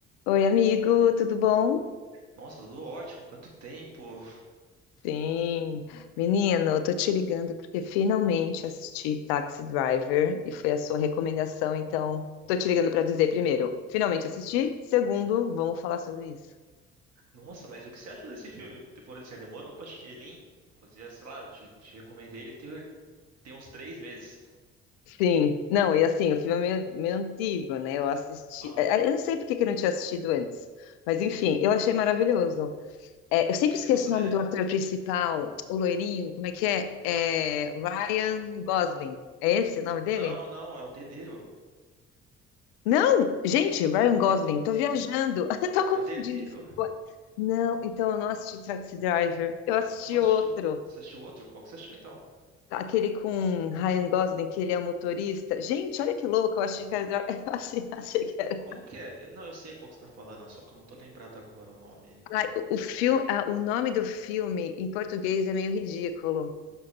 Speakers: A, on the left; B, on the right.
A: Oi, amigo, tudo bom?
B: Nossa, tudo ótimo, quanto tempo.
A: Sim, menino, eu tô te ligando porque finalmente assisti Taxi Driver e foi a sua recomendação, então tô te ligando pra dizer primeiro, finalmente assisti, segundo, vamos falar sobre isso.
B: Nossa, mas o que você achou desse filme? Depois você demorou pra assistir ele, hein? Fazia, sei lá, eu te, te recomendei ele tem, tem uns três meses.
A: Sim, não, e assim, o filme é meio, meio antigo, né? Eu assisti,
B: Ah,
A: eh,
B: o
A: eu não sei por que que eu não tinha assistido antes, mas enfim, eu achei maravilhoso. É, eu sempre
B: que que
A: esqueço
B: você gostou
A: o
B: dele?
A: nome do ator principal, o loirinho, como é que é?
B: O...
A: É Ryan
B: o-
A: Gosling, é esse o nome dele?
B: Não, não, é o De Niro.
A: Não, gente, Ryan
B: É o
A: Gosling,
B: Dedeiro.
A: tô viajando, <laughs> eu tô
B: É
A: confundindo.
B: o De Niro.
A: Não, então eu não assisti Taxi Driver, eu assisti
B: Você não assistiu,
A: outro,
B: você assistiu outro? Qual que você achou então?
A: aquele com Ryan Gosling, que ele é o motorista. Gente, olha que louco, eu achei que era, dra- <laughs> eu achei, achei que era.
B: Como que é? Eu- Não, eu sei qual que você tá falando, só que eu não tô lembrado agora o nome.
A: Ai, o, filme, o nome do filme em português é meio ridículo.